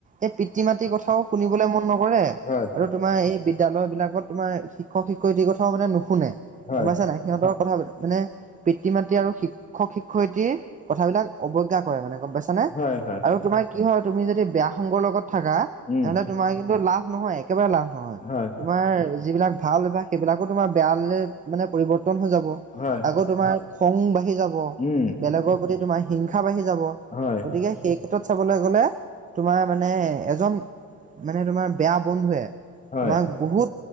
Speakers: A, on the right (about 25°); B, on the left (about 25°).
A: এই পিতৃ মাতৃ কথাও শুনিবলৈ মন নকৰে।
B: হয়।
A: আৰু তোমাৰ এই বিদ্যালয় বিলাকত তোমাৰ শিক্ষক শিক্ষয়িতীৰ কথাও মানে নুশুনে
B: হয়।
A: গম পাইছা নাই। সিহঁতৰ কথা মানে পিতৃ মাতৃ আৰু শিক্ষক শিক্ষয়িত্ৰী কথাবিলাক অৱজ্ঞা কৰে মানে গম পাইছানে।
B: হয় হয়
A: আৰু তোমাৰ কি হয় তুমি যদি বেয়া সংগৰ লগত থাকা
B: উম।
A: তোমাৰ কিন্তু লাভ নহয় একেবাৰে লাভ নহয়।
B: হয়
A: তোমাৰ যিবিলাক ভাল অভ্যাস সেইবিলাকো তোমাৰ বেয়া মানে পৰিৱৰ্তন হৈ যাব,
B: হয়।
A: আকৌ তোমাৰ খং বাঢ়ি যাব।
B: উম
A: বেলেগৰ প্ৰতি তোমাৰ হিংসা বাঢ়ি যাব,
B: হয়।
A: গতিকে সেই ক্ষেত্ৰত চাবলৈ গ'লে তোমাৰ মানে এজন, মানে তোমাৰ বেয়া বন্ধুৱে
B: হয়।
A: তোমাক বহুত